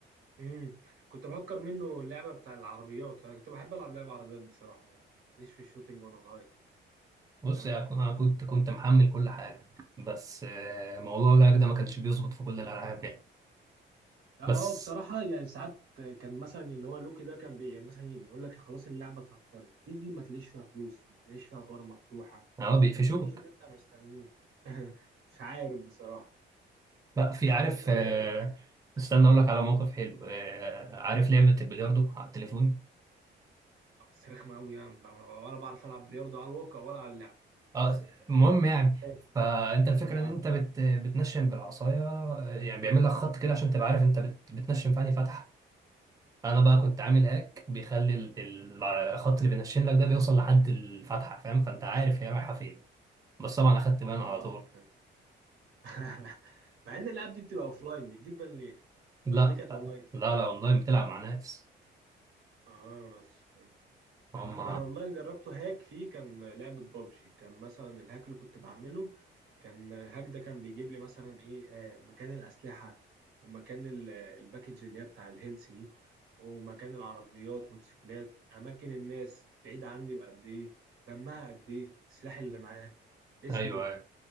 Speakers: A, on the right; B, on the right.
A: امم كنت بهكر منه اللعبه بتاع العربيات انا كنت بحب العب لعبه عربيات بصراحه ماليش في الشوتينج وانا صغير
B: بص
A: فاهم
B: يا كو- انا كنت كنت محمل كل حاجه بس آه، موضوع اللاج ده ما كانش بيظبط في كل الالعاب يعني
A: اه
B: بس
A: بصراحة يعني ساعات كان مثلا اللي هو لوكي ده كان بي يعني مثلا يقول لك خلاص اللعبة اتهكرت تيجي ما تلاقيش فيها فلوس ما تلاقيش فيها أدوار مفتوحة
B: اه بيقفشوك
A: ما تلاقيش اللي أنت مستنيه <laughs> مش عارف بصراحة
B: لا في عارف
A: بس أنا
B: آه،
A: جربت
B: استنى
A: اه
B: اقول لك على موقف حلو آه، عارف لعبه البلياردو على التليفون
A: بس رخمة أوي يعني ب- ولا بعرف ألعب بلياردو على الواقع ولا على اللعب
B: اه المهم يعني
A: ماشي.
B: فانت الفكره
A: اه
B: ان انت بت بتنشن بالعصايه آه، يعني بيعمل لك خط كده عشان تبقى عارف انت بت بتنشن في انهي فتحه انا بقى كنت عامل هاك بيخلي ال- ال- الخط اللي بينشن لك ده بيوصل لحد الفتحه فاهم فانت عارف هي رايحه فين بس طبعا اخدت
A: اه
B: بان على طول
A: فهمت. <laughs> مع ان الالعاب دي بتبقى اوفلاين بيديك بان ليه
B: لا
A: ولا دي كانت اونلاين
B: لا لا اونلاين بتلعب مع ناس
A: اه بس فهمت
B: هم
A: انا اونلاين جربته هاك فيه كان لعبة بابجي كان مثلا الهاك اللي كنت بعمله كان هاك ده كان بيجيب لي مثلا ايه آه، مكان الاسلحة ومكان ال- الباكج اللي هي بتاع الهيلث دي ومكان العربيات موتوسيكلات اماكن الناس بعيد عني بقد ايه دمها قد ايه السلاح اللي معاه اسمه
B: ايوه ايوه